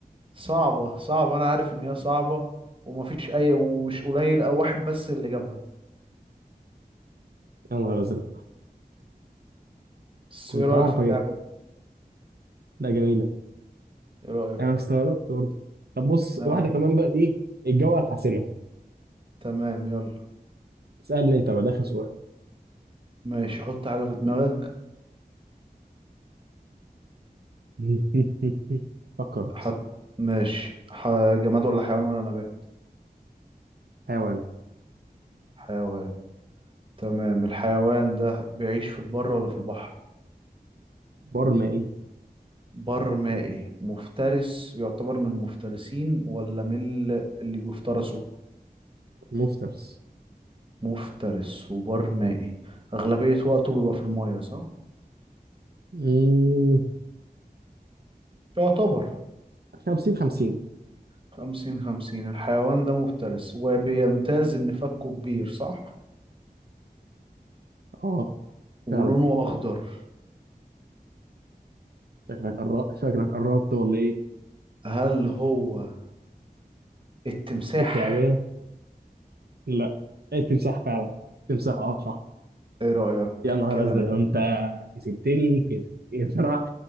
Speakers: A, on the right (about 30°); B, on the right (about 85°).
A: صعبة صعبة انا عارف ان هي صعبة ومفيش اي ومش قليل او واحد بس اللي جابها
B: يا نهار ازرق
A: بس
B: كنت
A: ايه رأيك
B: هعرف
A: في اللعبة
B: اجيبها لا جميله
A: ايه رأيك
B: انا استغربت برضه طب بص
A: اه
B: واحده كمان بقى ايه الجوله الحاسمه
A: تمام يلا
B: اسالني انت بقى ده اخر سؤال
A: ماشي حط حاجة في دماغك
B: <laughs> فكرت
A: حط ماشي ح... جماد ولا حيوان ولا نبات
B: حيوان
A: حيوان تمام الحيوان ده بيعيش في البر ولا في البحر
B: برمائي
A: بر مائي مفترس يعتبر من المفترسين ولا من ال- اللي بيفترسوا
B: مفترس
A: مفترس وبر مائي أغلبية وقته بيبقى في المية صح؟
B: مم،
A: يعتبر
B: 50 50
A: خمسين خمسين الحيوان ده مفترس وبيمتاز إن فكه كبير صح؟
B: اه
A: ولونه
B: فعلا
A: أخضر
B: شكلك قربت شكلك قربت ولا ايه
A: هل هو التمساح؟
B: التعبان لا التمساح فعلا تمساح اه صح
A: إيه رأيك
B: يا نهار
A: كده
B: ازرق
A: أنا
B: انت كسبتني كده بصراحه